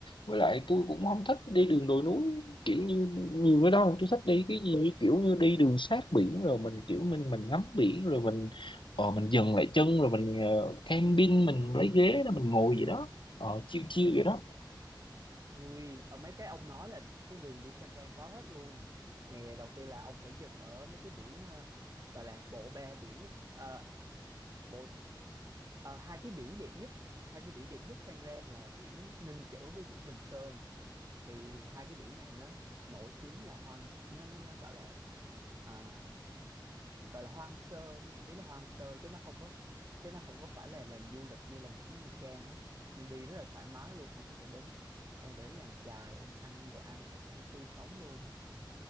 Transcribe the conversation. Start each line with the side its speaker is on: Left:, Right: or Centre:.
Left: với lại tôi cũng không thích đi đường đồi núi kiểu như nhiều cái đó tôi thích đi cái gì kiểu như đi đường sát biển rồi mình kiểu mình mình ngắm biển rồi mình ờ, mình dừng lại chân rồi mình ờ, camping mình lấy ghế rồi mình ngồi gì đó ờ, chiêu chiêu vậy đó
Right: Ui, ở mấy cái ông nói là cái đường đi Phan Rang có hết luôn. Nè, đầu tiên là ông phải dừng ở mấy cái biển ờ, gọi là bộ ba biển ờ, bộ ờ, hai cái biển đẹp nhất, hai cái biển đẹp nhất Phan Rang là biển Ninh Chữ với biển Bình Sơn thì hai cái biển này nó nổi tiếng là hoang nó nó nó gọi là ờ, gọi là hoang sơ nó nổi tiếng là hoang sơ chứ nó không có chứ nó không có phải là làm du lịch như là biển Nha Trang á nên đi rất là thoải mái luôn ông có thể đến ông có thể đến làng chài ông ăn đồ ăn hải sản tươi sống luôn